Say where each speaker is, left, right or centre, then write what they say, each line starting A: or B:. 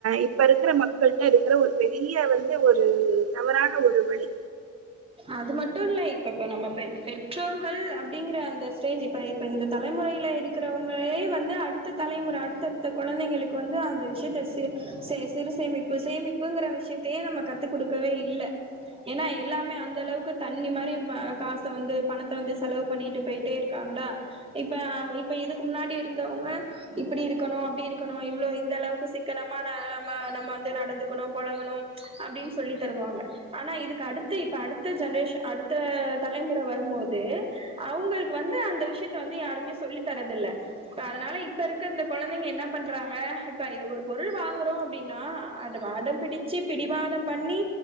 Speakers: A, on the right (about 55°); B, on the right (about 20°).
A: இப்ப இருக்ற மக்கள்ட்ட இருக்ற ஒரு பெரிய வந்து ஒரு தவறான ஒரு வழி
B: அது மட்டு இல்ல இப்பப்ப நம்ம பெற் பெற்றோர்கள் அப்டிங்கிற அந்த ஸ்டேஜு இப்ப இப்ப இந்த தலைமுறையில இருக்கறவங்களே வந்து அடுத்த தலைமுற அடுத்தடுத்த கொழந்தைங்களுக்கு வந்து அந்த விஷ்யத்த சி செ சிறு சேமிப்பு சேமிப்புங்கற விஷ்யத்தையே நம்ம கத்து குடுக்கவே இல்ல ஏன்னா எல்லாமே அந் ந்த அளவுக்கு தண்ணி மாரி அ காச வந்து பணத்த வந்து செலவு பண்ணிட்டு போயிட்டே இருக்காங்களா இப்ப அ இப்ப இதுக்கு முன்னாடி இருந்தவங்க இப்பிடி இருக்கணு அப்டி இருக்கணு இ்வ்ளோ இந்த அளவுக்கு சிக்கனமான அ அம்ம நம்ம வந்து நடந்துக்கணு பொழங்கணு அப்டின் சொல்லி தருவாங்க ஆனா இதுக்கு அடுத்து இப்ப அடு த்த ஜென்ரேஷ அடுத்த தலைமுற வரும்போது அவுங்களுக்கு வந்து அந்த விஷ்யத்த வந்து யாருமே சொல்லி தரதில்ல அதனால இப்ப இருக்க இந்த கொழந்தைங்க என்ன பண்றாங்க இப்ப இது ஒரு பொருள் வாங்குறோ அப்டின்னா அத அடம் பிடிச்சி பிடிவாதம் பண்ணி